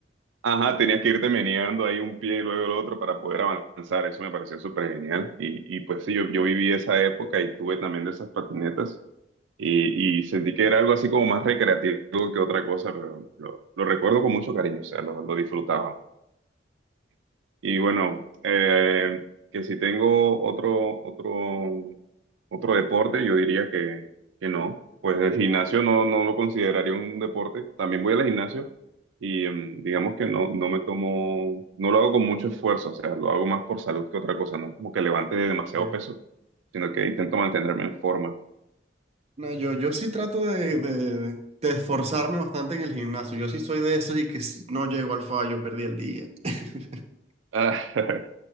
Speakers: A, on the right; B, on the right.
A: ajá, tenías que irte meneando ahí un pie y luego el otro para poder avanzar. Eso me pareció súper genial. Y, y pues sí, yo, yo viví esa época y tuve también de esas patinetas. Y, y sentí que era algo así como más recreativo que otra cosa, pero lo, lo recuerdo con mucho cariño, o sea, lo, lo disfrutaba. Y bueno, eh, que si tengo otro, otro, otro deporte, yo diría que, que no. Pues el gimnasio no, no lo consideraría un deporte. También voy al gimnasio y em, digamos que no, no me tomo, no lo hago con mucho esfuerzo, o sea, lo hago más por salud que otra cosa, no es como que levante demasiado
B: Ok.
A: peso, sino que intento mantenerme en forma.
B: No, yo, yo sí trato de, de- de- de esforzarme bastante en el gimnasio. Yo sí soy de esos y que si no llego al fallo, perdí el día. <laughs>
A: <laughs> Ah,